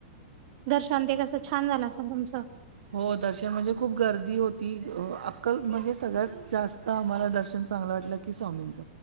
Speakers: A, on the right; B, on the right.
A: दर्शन ते कसं छान झालं असल तुमचं.
B: हो, दर्शन म्हणजे खूप गर्दी होती. अक्कल म्हणजे सगळ्यात जास्त आम्हाला दर्शन चांगलं वाटलं. ते स्वामींच.